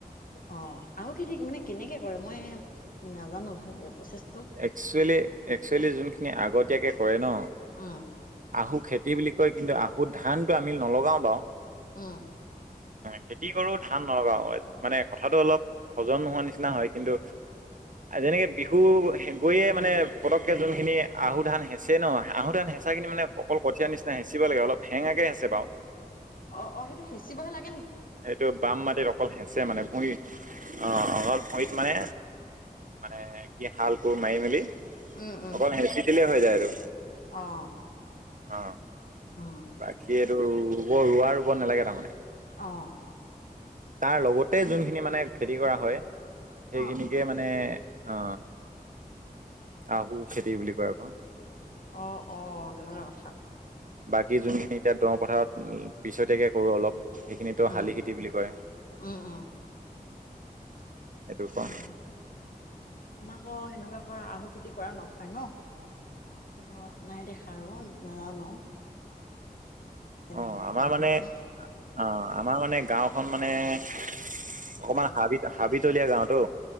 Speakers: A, on the left; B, on the right.
A: অ আহু খেতি মানে কেনেকে কৰে? মই নাজানো ভালকে প্ৰচেছটো
B: একচুৱেলি একচুৱেলি যোনখিনি আগতিয়াকে কৰে ন।
A: উম।
B: আহু খেতি বুলি কয়, কিন্তু আহু ধানটো আমি নলগাও বাও।
A: উম।
B: খেতি কৰো ধ ধান নলগাও মানে কথাটো অলপ হজম নোহোৱা নিচিনা হয়। কিন্তু যেনেকে বিহু গৈয়ে মানে পতককে যোনখিনি আহু ধান হেছে ন। আহু ধান হেচ সঁচা কিনি মানে অকল কঠীয়া নিচিনা হেঁচিব লাগে অলপ হেঙাকেঁ হেছে বাও।
A: অ, অ সেইটো হেচিবহে লাগ
B: সেইটো বাম মাটিত অকল হেচে মানে। ভূঁই অ, অলপ ভৰিত মানে মানে কি হাল, কোৰ মাৰি মেলি
A: উম, উম,
B: অকল হেচি দিলে হৈ যায় আৰু।
A: অ',
B: অ,
A: উম,
B: বাকী এইটো ৰব ৰুৱা ৰোব নালাগে তাৰমানে।
A: অ।
B: তাৰ লগতে যোনখিনি মানে খেতি কৰা হয়, সেইখিনিকে
A: অ'।
B: মানে অ, আহু খেতি বুলি কয় আকৌ।
A: অ, অ। তেনেকুৱা কথা।
B: বাকী যোনখিনি এতিয়া দ পথাৰত পিছতিয়াকে কৰো অলপ। সেইখিনিতো
A: উম,
B: শালি খেতি বুলি কয়
A: উম, উম,
B: সেইটো
A: তেনেকুৱা
B: কওঁ
A: কথা আমাক অ সেনেকুৱা কৰা আহু খেতি কৰা নহয় ন ত নাই দেখা আৰু নাজানো। কেনেকে
B: অ আমাৰ
A: কৰে
B: মানে,
A: ভালকে
B: অ আমাৰ মানে গাঁওখন মানে অকমান হাবিত হাবিতলীয়া গাঁওতো।